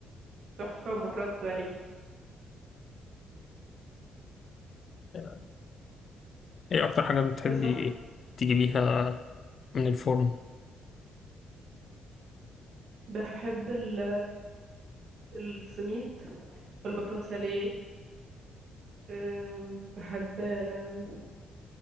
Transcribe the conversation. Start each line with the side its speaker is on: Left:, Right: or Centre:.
Right: تحفة مرات غريب
Left: دي. ايه اكتر حاجة بتحبي
Right: بصراحة
Left: تجيبيها من الفرن
Right: بحب ال- السميت والباتون ساليه أم، بحب أم،